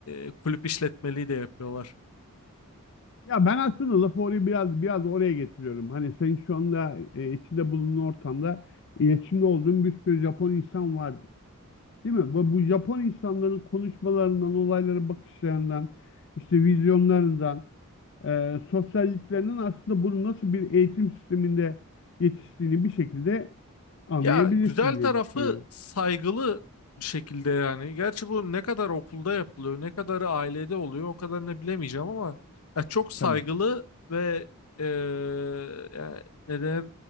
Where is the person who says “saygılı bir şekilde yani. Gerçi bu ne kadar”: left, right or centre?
Left